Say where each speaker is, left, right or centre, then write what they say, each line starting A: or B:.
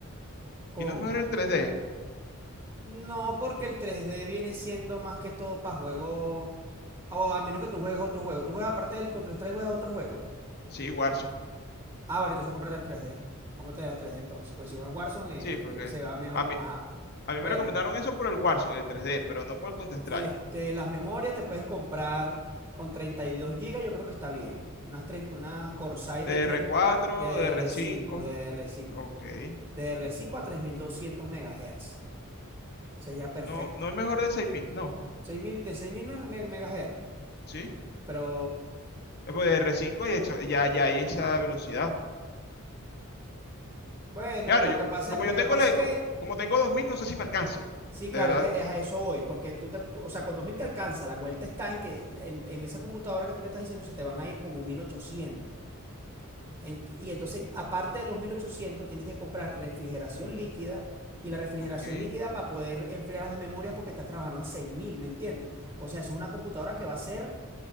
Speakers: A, on the right; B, on the left.
A: con
B: ¿Y no es mejor el tres d
A: No, porque el tres d viene siendo más que todo para juegos. O a menos que tú juegues otro juego. Tú juegas aparte del Counter-Strike, juegas otro juego.
B: Sí, Warzone.
A: Ah, bueno, entonces cómprate el tres d Cómprate el tres d entonces. Pues si vas Warzone,
B: Sí, porque
A: eh, eh, se va mejor.
B: a mí,
A: Ajá.
B: a mí
A: Bueno,
B: me recomendaron eso por el Warzone, el tres d pero no por el Counter-Strike.
A: este, las memorias te puedes comprar con treinta y dos gigas yo creo que está bien. Unas, tren- unas Corsair
B: D
A: de, tren-
B: R cuatro
A: de DDR5,
B: 4
A: DDR5.
B: R cinco.
A: DDR5
B: ok. ujú.
A: a 3200 megahertz Sería perfecto.
B: No, no es mejor de seis mil no,
A: seis mil de 6000 megahertz
B: ¿sí?
A: Pero
B: Después de r cinco hay exo- ya, ya hay esa velocidad.
A: Bueno,
B: Claro,
A: lo
B: yo,
A: que pasa,
B: como
A: lo
B: yo tengo
A: que pasa
B: la-
A: es que,
B: co- como tengo dos mil no sé si me alcance.
A: sí,
B: De
A: claro,
B: verdad.
A: es que es a eso voy, porque tú te, tú- o sea, con 2000 te alcanza, la vuelta está en que en, en esa computadora que tú me estás diciendo se te van a ir como 1800. En- y entonces, aparte de los 1800 tienes que comprar refrigeración líquida y la refrigeración
B: Ok.
A: líquida para poder enfriar las memorias porque estás trabajando a seis mil ¿me entiendes? O sea, es una computadora que va a ser